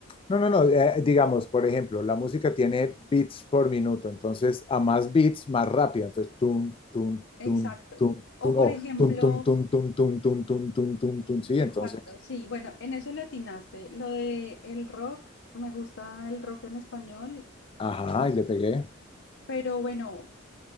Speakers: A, on the left; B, on the left.
A: No, no, no, eh, digamos, por ejemplo, la música tiene beats por minuto, entonces a más beats, más rápido, entonces tun, tun, tun,
B: exacto?
A: tun, tun,
B: O por
A: o
B: ejemplo,
A: tun, tun, tun, tun, tun, tun, tun, tun, tun, tun, sí,
B: Exacto,
A: entonces,
B: sí, bueno, en eso le atinaste. Lo de el rock, me gusta el rock en español,
A: ajá, y le pegué.
B: pero bueno,